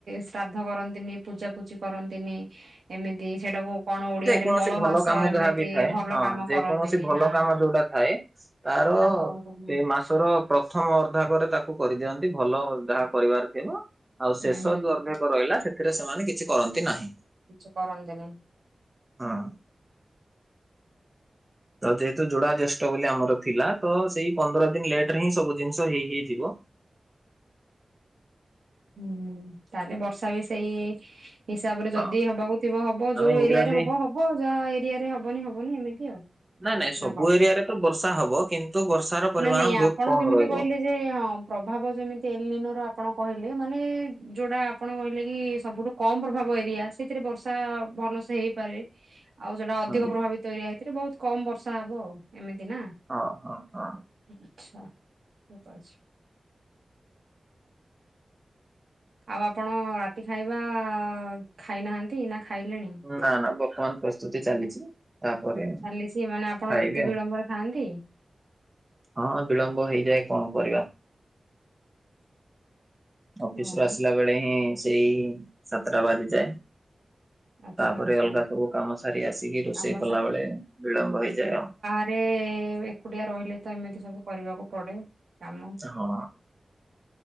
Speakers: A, on the right; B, on the right.
A: ଶ୍ରାଦ୍ଧ କରନ୍ତିନି, ପୂଜା ପୂଜି କରନ୍ତିନି। ଏମିତି ସେଟାକୁ କଣ ଓଡିଆରେ
B: ଯେ କୌଣସି
A: ମଳ
B: ଭଲ
A: ମାସ
B: କାମ
A: ଏମିତି
B: ଯାହାବି ଥାଏ
A: ଭଲ
B: ହଁ
A: କାମ
B: ଯେକୌଣସି
A: କରନ୍ତିନି
B: ଭଲ
A: ହଁ
B: କାମ
A: ହଁ।
B: ଯୋଉଟା ଥାଏ ତାର
A: ସେଟା କରନ୍ତିନି
B: ସେ ମାସ। ତର ପ୍ରଥମ ଅର୍ଦ୍ଧାକରେ ତାକୁ କରିଦିଅନ୍ତି ଭଲ ଯାହା କରିବାର ଥିବ। ଆଉ ଶେଷ
A: ହୁଁ ହୁଁ।
B: ଯୋଉ ଅର୍ଧେକ ରହିଲା ସେଥିରେ ସେମାନେ କିଛି କରନ୍ତି ନାହିଁ।
A: କିଛି କରନ୍ତି।
B: ହଁ। ତ ଯେହେତୁ ଯୋଡା ଜ୍ୟେଷ୍ଠ ବୋଲି ଆମର ଥିଲା ତ ସେଇ ପନ୍ଦର ଦିନ ଲେଟ ରେ ହିଁ ସବୁ ଜିନିଷ ହେଇ ହେଇଯିବ।
A: ହୁଁ ତାହେଲେ ବର୍ଷା ବି ସେଇ ହିସାବ ରେ ଯଦି
B: ହଁ
A: ହବାକୁ ଥିବ ହବ
B: ଆମେ
A: ଯୋଉ
B: ଇଂରାଜୀ
A: ଏରିଆରେ ହବ ହବ ଯାହା ଏରିଆରେ ହବନି ହବନି ଏମିତି ଆଉ।
B: ନାଇଁ ନାଇଁ ସବୁ
A: ନା କଣ
B: ଏରିଆରେ ତ ବର୍ଷା ହବ କିନ୍ତୁ ବର୍ଷାର ପରିମାଣ
A: ନା ନାଇଁ
B: ବହୁତ
A: ଆପଣ
B: କମ
A: ଯେମିତି
B: ରହିବ।
A: କହିଲେ ଯେ ହଁ ପ୍ରଭାବ ଯେମିତି ଏଲିନର ଆପଣ କହିଲେ ମାନେ ଯୋଉଟା ଆପଣ କହିଲେ କି ସବୁଠୁ କମ ପ୍ରଭାବ ଏରିଆ ସେଥିରେ ବର୍ଷା ଭଲସେ ହେଇପାରେ।। ଆଉ ସେୋଟା ଅଧିକ
B: ହଁ
A: ପ୍ରଭାବିତ ତୋରିଆ ହେଇଥିଲେ ବହୁତ କମ ବର୍ଷା ହବ ଆଉ ଏମିତି ନା।
B: ହଁ ହଁ ହଁ।
A: ଆଛା ଠିକ ଅଛି। ଆଉ ଆପଣ ରାତି ଖାଇବା ଖାଇନାହାନ୍ତି ନା ଖାଇଲେଣି।
B: ନା ନା ବର୍ତ୍ତମାନ ପ୍ରସ୍ତୁତି ଚାଲିଛି। ତାପରେ
A: ଚାଲିଛି ମାନେ ଆପଣ
B: ଖାଇବି
A: ଏତେ ବିଳମ୍ବରେ ଖାଆନ୍ତି।
B: ହଁ ବିଳମ୍ବ ହେଇଯାଏ କଣ କରିବା। ଅଫିସ
A: ହଉ
B: ରୁ ଆସିଲା ବେଳେ ହିଁ ସେଇ ସାତଟା ବାଜି ଯାଏ।
A: ଆଚ୍ଛା
B: ତାପରେ
A: ଆଚ୍ଛା
B: ଅଲଗା ସବୁ କାମ ସାରି ଆସିକି ରୋଷେଇ
A: କାମ
B: କଲା ବେଳେ ବିଳମ୍ବ ହେଇଯାଏ ଆଉ।
A: ଏ ଏ ଏକୁଟିଆ ରହିଲେ ତ ଏମିତି ସବୁ କରିବାକୁ ପଡେ କାମ।
B: ହଁ।